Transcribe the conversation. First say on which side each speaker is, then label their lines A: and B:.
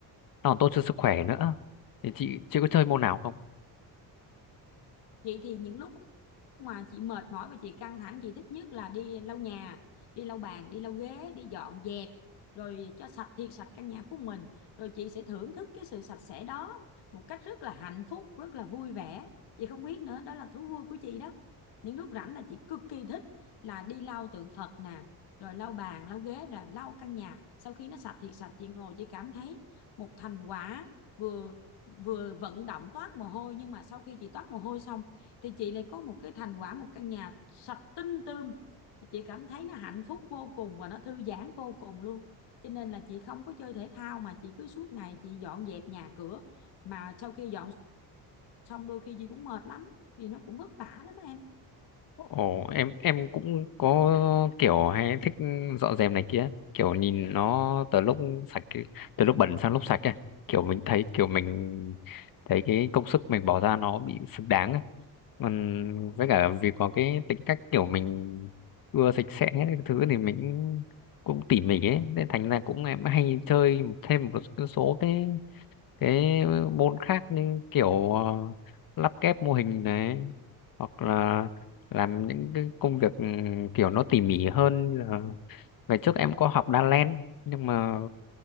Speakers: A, on the left; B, on the left.
A: nó còn tốt cho sức khỏe nữa thì chị chị có chơi môn nào không
B: chị thì những lúc mà chị mệt mỏi và chị căng thẳng chị thích nhất là đi lau nhà đi lau bàn đi lau ghế đi dọn dẹp rồi cho sạch thiệt sạch căn nhà của mình rồi chị sẽ thưởng thức cái sự sạch sẽ đó một cách rất là hạnh phúc rất là vui vẻ chị không biết nữa đó là thú vui của chị đó những lúc rảnh là chị cực kỳ thích là đi lau tượng Phật nè rồi lau bàn lau ghế rồi lau căn nhà sau khi nó sạch thiệt sạch chị ngồi chị cảm thấy một thành quả vừa vừa vận động toát mồ hôi nhưng mà sau khi chị toát mồ hôi xong thì chị lại có một cái thành quả một căn nhà sạch tinh tươm chị cảm thấy nó hạnh phúc vô cùng và nó thư giãn vô cùng luôn cho nên là chị không có chơi thể thao mà chị cứ suốt ngày chị dọn dẹp nhà cửa mà sau khi dọn xong đôi khi chị cũng mệt lắm vì nó cũng vất vả lắm em
A: Ồ, em em cũng có kiểu hay thích dọn dẹp này kia, kiểu nhìn nó từ lúc sạch từ lúc bẩn sang lúc sạch ấy, kiểu mình thấy kiểu mình thấy cái công sức mình bỏ ra nó bị xứng đáng ấy. Còn với cả vì có cái tính cách kiểu mình ưa sạch sẽ cái thứ thì mình cũng tỉ mỉ ấy, nên thành ra cũng em hay chơi thêm một số cái cái môn khác như kiểu ờ, lắp ghép mô hình này hoặc là làm những cái công việc ừ, kiểu nó tỉ mỉ hơn là ngày trước em có học đan len nhưng mà